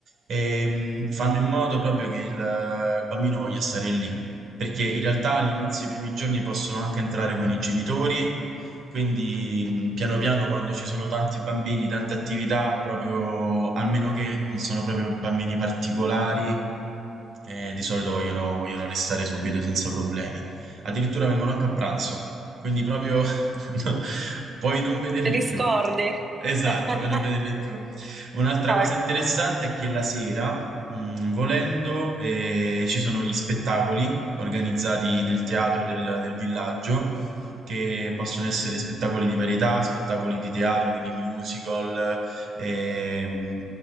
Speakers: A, on the right; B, on the right.
A: e mm, fanno in modo proprio che il eh, bambino voglia stare lì, perché in realtà all'inizio, i primi giorni possono anche entrare con i genitori quindi mh, piano piano quando ci sono tanti bambini, tante attività, proprio a meno che non sono proprio bambini particolari, eh, di solito vogliono, vogliono restare subito senza problemi. Addirittura vengono anche a pranzo, quindi proprio <laughs> no, puoi non vederli
B: Te li
A: più.
B: scordi?
A: Esatto,
B: <laughs>
A: puoi non vederli più. Un'altra
B: Guarda,
A: cosa interessante è che la sera, mh, volendo, eh, ci sono gli spettacoli organizzati nel teatro del, del villaggio che possono essere spettacoli di varietà, spettacoli di teatro, quindi musical, ehm,